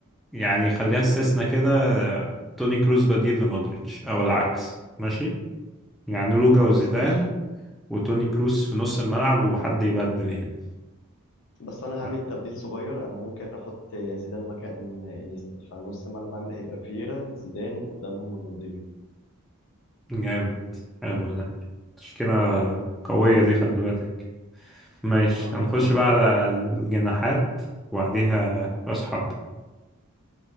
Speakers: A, in the centre; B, on the left.
A: يعني خليها استثناء كده آه، توني كروس بديل لمودريتش أو العكس ماشي يعني لوكا
B: خلاص
A: وزيدان
B: ماشي
A: وتوني كروس في نص الملعب وحد يبدل يعني
B: بس انا
A: لا،
B: هعمل تبديل صغير انا ممكن احط زيدان مكان انيستا فنص الملعب عندي هيبقى فييرا زيدان قدامهم رونالدينيو
A: جامد حلو ده تشكيلة قوية دي خلي بالك ماشي
B: اه
A: هنخش
B: اوعى
A: بقى على الجناحات وبعديها رأس حربة